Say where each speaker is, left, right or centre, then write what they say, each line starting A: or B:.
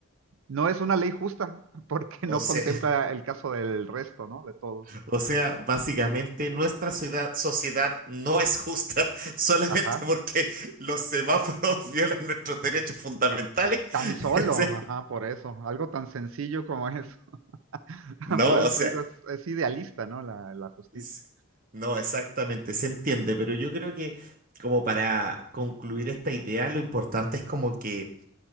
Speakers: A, on the right; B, on the right.
A: no es una ley justa <laughs> porque
B: O
A: no
B: sea,
A: contempla el caso del resto, ¿no? De todos.
B: <laughs> o sea, básicamente nuestra ciudad- sociedad no es justa <laughs> solamente
A: Ajá.
B: porque los semáforos <laughs> violan nuestros derechos fundamentales. <laughs>
A: Tan solo,
B: O sea,
A: ajá, por eso, algo tan sencillo como eso. <laughs>
B: No,
A: Por eso
B: o sea,
A: te digo, es, es idealista, ¿no? La, la justicia.
B: S- No, exactamente, se entiende, pero yo creo que como para concluir esta idea, lo importante es como que